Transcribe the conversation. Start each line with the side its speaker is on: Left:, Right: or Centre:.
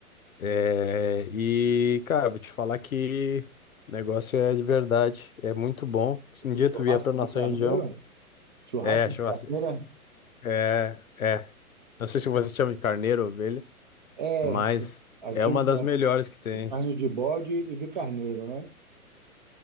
Left: É, e, cara, vou te falar que o negócio é de verdade, é muito bom. Se um
Right: o
Left: dia
Right: churrasco
Left: tu vier pra nossa
Right: de carneiro?
Left: região,
Right: Churrasco
Left: é, churrasco,
Right: de carneiro?
Left: é, é. Não sei se vocês chamam de carneiro, ovelha,
Right: É,
Left: mas
Right: aquele
Left: é uma
Right: negócio
Left: das melhores
Right: de
Left: que tem.
Right: carne de bode e de carneiro, né?